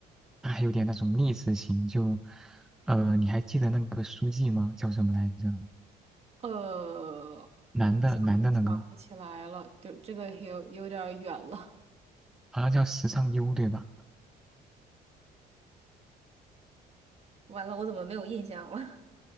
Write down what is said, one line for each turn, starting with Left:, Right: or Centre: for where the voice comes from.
Centre: 她还有点那种励志型，就呃，你还记得那个书记吗？叫什么来着？
Right: 呃，
Centre: 男的，
Right: 你想不想不起来了？
Centre: 男的那个
Right: 就这个有有点儿远了。
Centre: 好像叫时尚优，对吧？
Right: 完了，我怎么没有印象了？